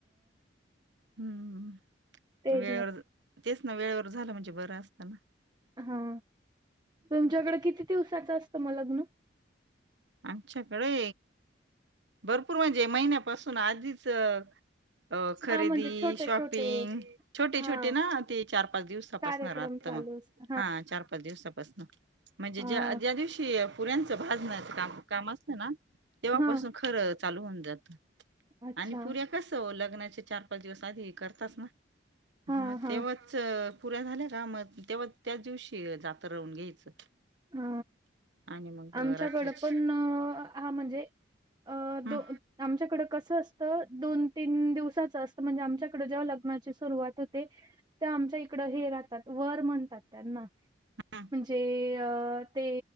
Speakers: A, on the right (about 70°); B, on the right (about 20°).
A: हम्मम
B: तेच
A: वेळ
B: ना
A: तेच ना वेळेवर झालं म्हणजे बरं असताना.
B: हा तुमच्याकडे किती दिवसाचं असतं मग लग्न?
A: आमच्याकडे. भरपूर म्हणजे महिन्यापासून आधीच अ खरेदी
B: हा म्हणजे छोटे
A: शॉपिंग
B: छोटे
A: छोटे
B: हा
A: छोटे ना ते चार पाच दिवसापासन
B: कार्यक्रम
A: राहत
B: चालू
A: मग
B: असत
A: हा चार पाच दिवसापासन म्हणजे
B: हा
A: ज्या ज्या दिवशी पुऱ्यांचं भाज न्याच काम काम असतं ना. तेव्हापासून
B: हा
A: चालू होऊन जात
B: अच्छा
A: आणि पुऱ्या कसं होल लग्नाचे चार पाच दिवस आधी हे करतात ना
B: हा
A: मत्ेवच
B: हा
A: पुऱ्या झाल्या का मग तेव्हा त्याच दिवशी जाता राहून घ्यायचं
B: ह
A: आणि मग
B: आमच्याकड
A: रात्रीची
B: पण हा म्हणजे अ
A: हम्म
B: दो आमच्याकड कसं असतं दोन तीन दिवसाचं असतं म्हणजे आमच्याकड जेव्हा लग्नाची सुरुवात होते तेव्हा आमच्या इकड हे राहतात वर म्हणतात त्यांना
A: हम्म
B: म्हणजे अ ते